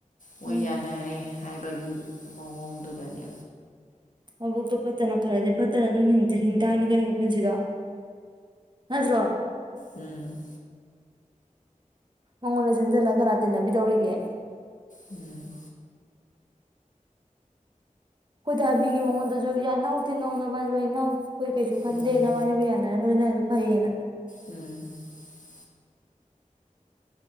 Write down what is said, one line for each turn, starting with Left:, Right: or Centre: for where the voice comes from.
Left: ꯃꯣꯏ
Right: ꯎꯝ
Left: ꯌꯥꯅꯔꯦ ꯍꯥꯏꯕꯒꯤ ꯃꯑꯣꯡꯗꯨꯗꯅꯦ
Right: ꯃꯕꯣꯛꯛꯇꯣ ꯐꯠꯇꯅ ꯈꯔꯗꯤ ꯐꯠꯇꯅ ꯑꯗꯨꯝ ꯍꯤꯡꯊꯅꯤ ꯀꯔꯤꯣ ꯄꯨꯟꯁꯤꯗꯣ ꯅꯖ꯭ꯔꯣ
Left: ꯎꯝ
Right: ꯃꯉꯣꯔ ꯆꯤꯟꯖꯂ ꯈꯅꯥ ꯇꯤꯅꯕꯤꯗꯧꯔꯤꯒ
Left: ꯎꯝ
Right: ꯑ ꯍꯥꯏꯕꯤꯒꯤ ꯃꯉꯣꯟꯗꯁꯨ ꯌꯥ ꯅꯧ ꯇꯤꯟꯅꯧꯅꯕ ꯂꯣꯏꯅꯧ ꯑꯩꯈꯣꯏ ꯀꯩꯁꯨ ꯈꯟꯗꯦ
Left: ꯎꯝ
Right: ꯅꯅꯕꯅꯤꯕꯨ ꯌꯥꯅꯔ ꯂꯣꯏꯅꯔ ꯑꯗꯨ ꯐꯩꯌꯦꯅ
Left: ꯎꯝ <inaudible> <unintelligible>